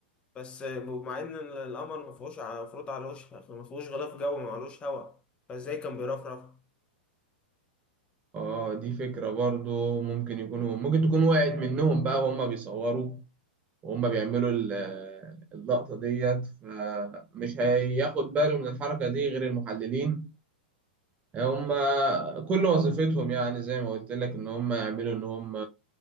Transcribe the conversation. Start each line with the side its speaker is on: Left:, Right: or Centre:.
Left: بس مع ان القمر ما فيهوش ع- المفروض على وش ما فيهوش غلاف جوي ما عليهوش هواء فازاي كان بيرفرف
Right: اه دي فكرة برضو ممكن يكونوا ممكن تكون وقعت منهم بقى وهم بيصوروا وهم بيعملوا ال- اللقطة ديت فمش هياخد باله من الحركة دي غير المحللين هم كل وظيفتهم يعني زي ما قلت لك ان هم يعملوا ان هم